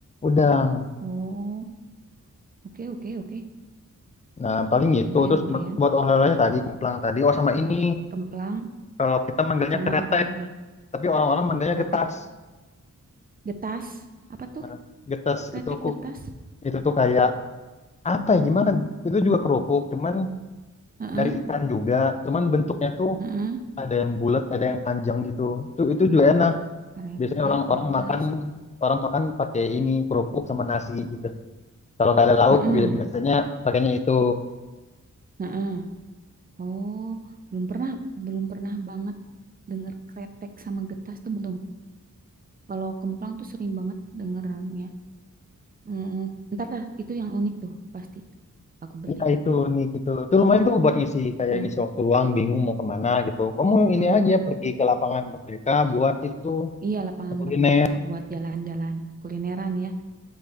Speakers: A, on the left; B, on the right.
A: udang
B: Oh, oke oke oke.
A: Nah, paling gitu.
B: Lumayan
A: Terus
B: lumayan.
A: buat, buat olahannya tadi, kemplang tadi. Oh, sama ini.
B: Kemplang
A: Kalau kita manggilnya
B: sama
A: kretek,
B: apa lagi?
A: tapi orang-orang manggilnya
B: Kretek,
A: getas.
B: getas. Apa tuh?
A: Nah, getas
B: Kretek,
A: itu ku-
B: getas.
A: itu tuh kayak apa ya gimana? Itu juga kerupuk, cuman
B: Heeh,
A: dari ikan juga. Cuman bentuknya tuh
B: heeh.
A: ada yang bulat, ada yang panjang gitu. Itu itu juga enak.
B: Kretek,
A: Biasanya orang-orang
B: getas.
A: makan orang makan pakai ini kerupuk sama nasi gitu. Kalau nggak ada lauk
B: Mm-mm,
A: bi- biasanya pakainya itu.
B: heeh. Oh, belum pernah, belum pernah banget denger kretek sama getas tuh belum. Kalau kemplang tuh sering banget dengernya. Mm-mm. Ntar dah, itu yang unik tuh pasti. Aku beli
A: Ya
B: tuh.
A: itu nih gitu. Itu lumayan tuh buat ngisi kayak
B: Mm-mm,
A: ngisi waktu luang bingung mau kemana gitu. Kamu
B: mm-mm,
A: ini aja pergi ke lapangan Merdeka buat itu
B: Iya, lapangan
A: kuliner.
B: Merdeka buat jalan-jalan kulineran ya.